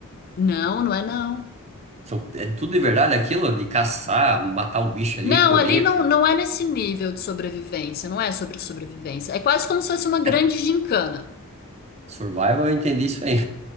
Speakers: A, on the left; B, on the right.
A: não, não é não.
B: São- É tudo de verdade aquilo de caçar, matar o bicho
A: Não,
B: ali, comer.
A: ali não, não é nesse nível de sobrevivência, não é sobre sobrevivência. É quase como se fosse uma grande
B: É,
A: gincana.
B: Survival, eu entendi isso aí.